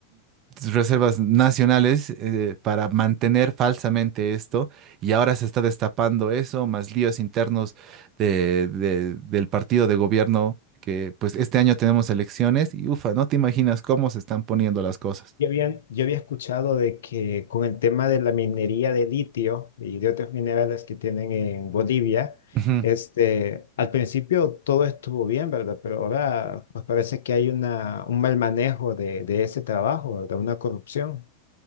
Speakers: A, on the right; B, on the left.
A: reservas nacionales eh, para mantener falsamente esto y ahora se está destapando eso, más líos internos de- de- del partido de gobierno que pues este año tenemos elecciones y ufa, no te imaginas cómo se están poniendo las cosas.
B: Yo había, yo había escuchado de que con el tema de la minería de litio y de otros minerales que tienen en Bolivia,
A: Ujú.
B: este, al principio todo estuvo bien, ¿verdad? Pero ahora pues parece que hay una, un mal manejo de, de ese trabajo, ¿verdad? Una corrupción.